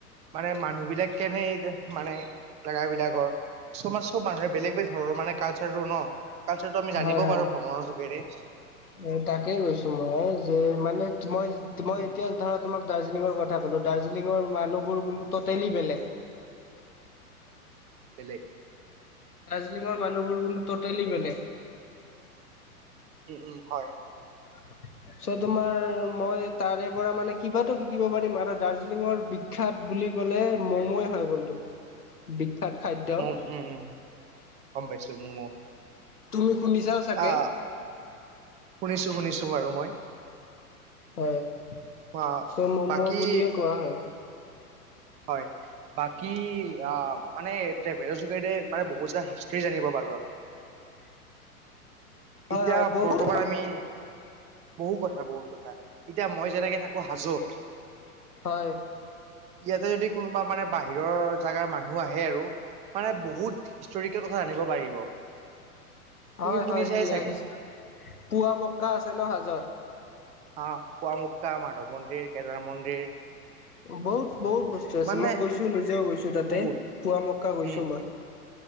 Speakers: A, on the right; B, on the left.
A: মানে মানুহ বিলাক কেনে এই মানে জেগা বিলাকৰ। চ' মানে চব মানুহে বেলেগ বেলেগ ধৰণৰ মানে কালচাৰোৰ ন। কালচাৰটো আমি জানিবও
B: হয় হয়
A: পাৰো ভ্ৰমণৰ যোগেৰে।
B: এ তাকে কৈছো মই যে মানে মই-মই
A: উম
B: এতিয়া ধৰা তোমাক দাৰ্জিলিঙৰ কথা বলো দাৰ্জিলিঙৰ মানুহবোৰ কিন্তু টটেলি বেলেগ।
A: বেলেগ।
B: দাৰ্জিলিঙৰ মানুহবোৰ কিন্তু টটেলি বেলেগ।
A: উম উম হয়।
B: <inaudible> চ তোমাৰ মই তাৰে পৰা মানে কিবাতো শিকিব পাৰিম আৰু দাৰ্জিলিঙৰ বিখ্যাত বুলি কি ক'লে ম'ময়ে হয় কনটো বিখ্যাত খাদ্য।
A: ম উম উম গম পাইছো মোৰ
B: তুমি শুনিছাও চাগে
A: আহ শুনিছো শুনিছো বাৰু মই।
B: হয়।
A: আহ
B: চ ম'ম'
A: বাকী
B: বুলিয়ে কোৱা হয়।
A: হয় বাকী মানে ট্ৰেভেলৰ যোগেৰে মানে বহুত হিষ্ট জানিব পাৰো আৰু।
B: <inaudible> হয়
A: এতিয়া
B: হয় বহুত
A: বৰ্তমান
B: হয়
A: আমি বহু কথা বহুত কথা, এতিয়া মই যেনেকে থাকো হাজোত
B: হয়।
A: ইয়াতে যদি কোনোবা মানে বাহিৰৰ জাগাৰ মানুহ আহে আৰু। মানে বহুত হিষ্টৰিকেল কথা জানিব পাৰিব।
B: হয়
A: তুমি শুনিছাই
B: হয় হিয়া-হিছ,
A: চাগে
B: পুৱা মক্কা আছে ন হাজোত?
A: আহ পুৱামুক্কা, মাধৱ মন্দিৰ, কেদাৰ মন্দিৰ,
B: বহুত বহুত বস্তু আছে।
A: মানে
B: মই গৈছো নিজেও গৈছো তাতে
A: বহুত
B: পুৱা মক্কা গৈছো
A: উম
B: মই।